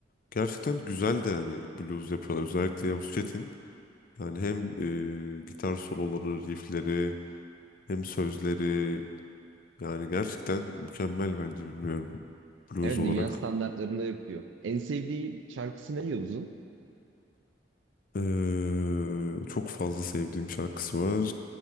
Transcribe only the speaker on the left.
gerçekten güzel de yani blues yapıyorlar özellikle Yavuz Çetin. Yani hem e, gitar soloları, riffleri hem sözleri yani gerçekten mükemmel bence bilmiyorum blues
olarak.
Ee, çok fazla sevdiğim şarkısı var.